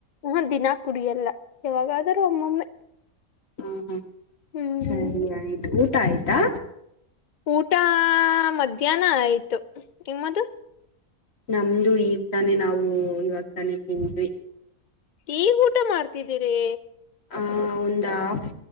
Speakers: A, on the left (about 65°); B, on the left (about 45°).
A: ಹಾ ದಿನಾ ಕುಡಿಯಲ್ಲ ಯಾವಾಗಾದ್ರೂ ಒಮ್ಮೊಮ್ಮೆ
B: ಹ್ಮ ಹ್ಮ
A: ಹ್ಮ್
B: ಸರಿ ಆಯ್ತು ಊಟ ಆಯ್ತಾ
A: ಊಟ ಮಧ್ಯಾಹ್ನ ಆಯ್ತು ನಿಮ್ಮದು
B: ನಮ್ದು ಈಗ ತಾನೆ ನಾವು ಇವಾಗ ತಾನೇ ತಿಂದ್ವಿ
A: ಈಗ ಊಟ ಮಾಡ್ತಿದ್ದೀರಿ
B: ಹ ಹೌ ಒ ಆಫ್